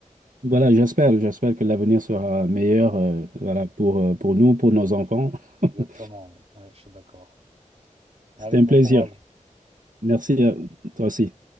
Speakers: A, on the right; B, on the right.
A: Voilà, j'espère, j'espère que l'avenir sera meilleur,
B: Ouais,
A: euh, voilà, pour, euh, pour nous, pour nos enfants. <laughs>
B: exactement, ouais. Ouais, je suis d'accord. Allez,
A: C'était un
B: bon
A: plaisir.
B: courage.
A: Merci à toi aussi.